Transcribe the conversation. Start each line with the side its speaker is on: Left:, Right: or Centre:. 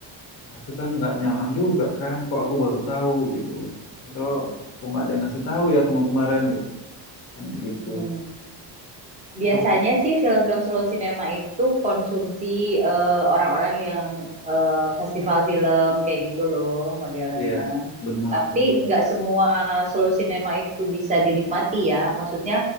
Left: Tapi kan nggak nyaman juga kan. Kok aku baru tahu gitu. Atau kok nggak ada yang ngasih tahu ya kemarin-kemarin gitu. Kan gitu.
Right: Hmm. Biasanya
Left: Terus,
Right: sih film-film slow cinema itu konsumsi eh, orang-orang yang eh, festival film kayak gitu loh modelnya.
Left: Iya, benar,
Right: Tapi
Left: benar,
Right: nggak
Left: benar.
Right: semua slow cinema itu bisa dinikmati ya. Maksudnya